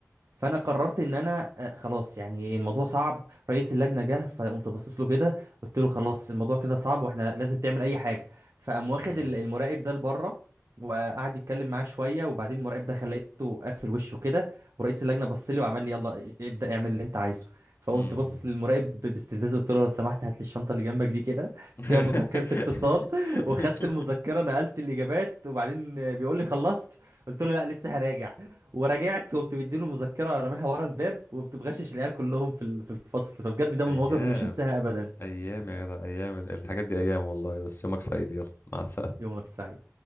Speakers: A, on the right (about 70°); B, on the left (about 45°).
A: فانا قررت ان انا آه، خلاص يعني الموضوع صعب رئيس اللجنه جه فقمت باصص له كده قلت له خلاص الموضوع كده صعب واحنا لازم تعمل اي حاجه فقام واخد
B: مم.
A: ال- المراقب ده لبره وقعد يتكلم معاه شويه وبعدين المراقب ده خليته قفل وشه كده ورئيس اللجنه بص لي وعمل لي يلا ابدا اعمل اللي انت عايزه فقمت
B: مم.
A: باصص للمراقب ب- باستفزاز قلت له لو سمحت هات لي الشنطه اللي جنبك دي كده
B: <laughs>
A: فيها مذكره اقتصاد <laughs> وخدت المذكره نقلت الاجابات وبعدين بيقول لي خلصت قلت له لا لسه هراجع ورجعت وقمت مديله مذكره رماها ورا الباب وقمت مغشش العيال كلهم في ال- في الفصل فبجد ده من
B: ايام
A: المواقف اللي مش هنساها ابدا
B: ايام يا جدع ايام الحاجات دي ايام والله بس يومك سعيد يلا مع السلامه
A: يومك سعيد